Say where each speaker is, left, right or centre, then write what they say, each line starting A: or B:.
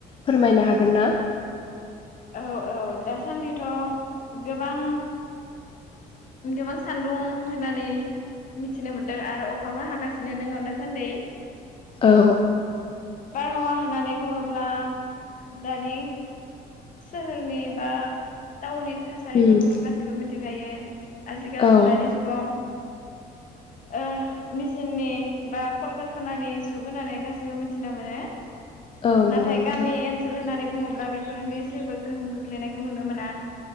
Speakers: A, on the left (about 30°); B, on the left (about 50°).
A: फोरमायनो हागोन ना?
B: औ औ दासान्दिथ गोबां गोबां सान्दुं होननानै मिथिनो मोनदों आरो अखाबो हागासिनो दङ दासान्दि।
A: औ
B: हावा होननानै बुङोब्ला दानि सोहोरनिबा टाउननि थासारिफोरखौथ
A: उम
B: गासिबो मोन थाखायो। आजिखाल
A: औ
B: दानि जुगाव ओ मिसिननि बा कलकारखानानि जुग होननानै गासैबो मिथिना मोनो।
A: औ नंगौ
B: नाथाय
A: नोंथां
B: गामि ओनसोल होननानै बुङोब्ला बेफोरनि जेबो गोहोम खोख्लैनायखौ नुनो मोना।